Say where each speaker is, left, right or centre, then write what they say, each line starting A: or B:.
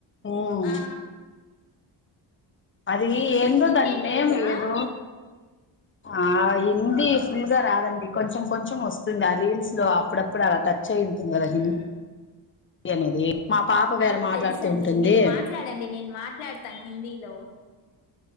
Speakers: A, on the left; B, on the left.
A: ఉమ్
B: ఆ
A: అది ఏందో
B: మీకు హిందీ
A: దని నేమ్
B: తెలుసా
A: ఏదో ఆ హిందీ ఫుల్గా రాదండి కొంచెం కొంచెం వస్తుంది ఆ రీల్స్ లో అప్పుడప్పుడు అలా టచ్ చెల్తే తుమారో
B: మ్మ్
A: హిందీ అనేది మా పాప వేరే
B: నాకు
A: మాట్లాడుతూ
B: తెలుసండి
A: ఉంటుంది
B: మీరు మాట్లాడండి నేను మాట్లాడుతా హిందీలో